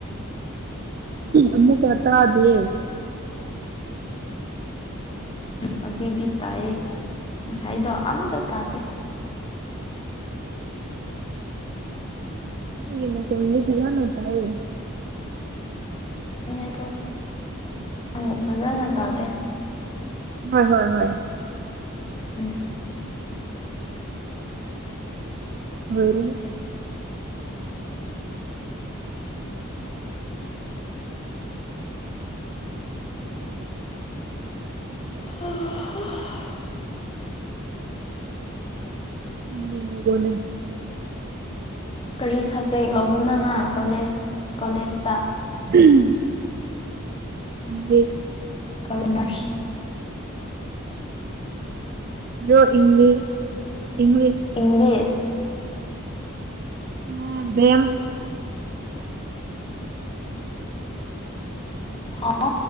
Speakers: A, on the right (about 45°); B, on the left (about 25°).
A: ꯑꯃꯨꯛ ꯀꯌꯥ ꯇꯥꯗꯦ
B: ꯍꯧꯖꯤꯛꯤ ꯇꯥꯏꯌꯦ ꯉꯁꯥꯏꯗꯣ ꯑꯝꯇ ꯇꯥꯗꯦ
A: ꯍ ꯌꯦꯅ ꯈꯣꯍꯤꯅꯤ ꯀ ꯌꯥꯅ ꯇꯌꯦ
B: ꯑꯦꯗꯣ ꯑꯃꯨꯛ ꯐꯖꯅ ꯇꯥꯗꯦ
A: ꯍꯣꯏ ꯍꯣꯏ ꯍꯣꯏ
B: ꯎꯝ
A: ꯑꯣꯏꯣꯏꯔ
B: ꯑꯣ
A: ꯎꯉ ꯐꯅꯤꯡ
B: ꯀꯔꯤ ꯁꯕꯖꯦꯛ ꯂꯧꯕꯅꯅ ꯀꯣꯂꯦꯖ ꯀꯣꯂꯦꯖꯇ
A: <unintelligible>
B: ꯀꯔꯅꯔꯁ
A: ꯌꯣ ꯏꯪꯂꯤ ꯏꯪꯂꯤ
B: ꯏꯪꯂꯤꯁ
A: ꯑ ꯕꯦꯝ
B: ꯍ